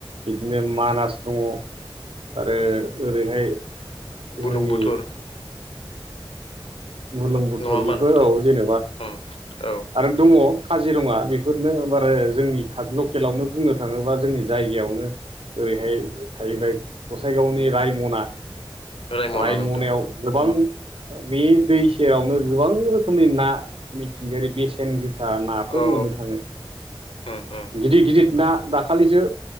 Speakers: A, on the right (about 80°); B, on the left (about 85°).
A: बिदिनो मानास दङ, आरो ओरैहाय, जोंनि
B: बुलुंबुथुर,
A: बुरलुं बुथुर
B: नङा होमबा
A: बेफोर
B: नोंथां
A: औ जेनेबा
B: उम औ
A: आरो दङ काजिरङा बेफोरनो बार जोंनि लकेलावनो बुंनो थाङोबा जोंनि जायगायावनो, ओरैहाय थाहैबाय गसाइगावनि रायमना,
B: रायमना
A: रायमनायाव
B: नोंथां औ
A: गोबां बे दै सेरावनो गोबां रोखोमनि ना मिथिंगायारि बेसेन गोसा नाफोर
B: औ
A: मोननो थाङो।
B: उम उम
A: गिदिर गिदिर ना दाखालिसो